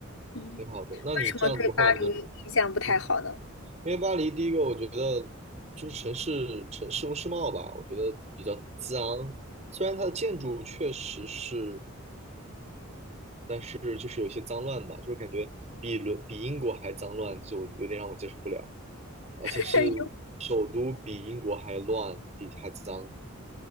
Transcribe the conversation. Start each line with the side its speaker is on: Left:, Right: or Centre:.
Left: 嗯，
Right: 挺好的。那你这样子的话，
Left: 为什么对巴黎印象不太好呢？
Right: 你的嗯，因为巴黎第一个，我觉得就是城市城市容市貌吧，我觉得比较脏，虽然它的建筑确实是。就是就是有些脏乱吧，就是感觉比伦比英国还脏乱，就有点让我接受不了。而且是首都比英国还乱，
Left: <laughs>
Right: 比还脏。